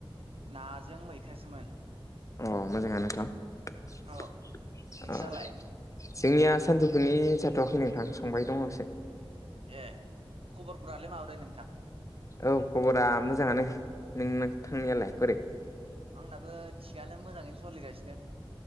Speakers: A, on the right; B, on the left.
A: नाजों मैथासोमोन।
B: अ मोजाङानो नोंथां <unintelligible>
A: औ नोंस्रालाय
B: जोंनिया सानजौफुनि जाथ'वाखै नोंथां संबाय दंससे।
A: ए खबरफोरालाय माबोरै नोंथां?
B: औ खबरा मोजाङानो नों थांनायालाय बोरै?
A: आंनाबो थिगानो मोजाङैनो सोलिगासिनो।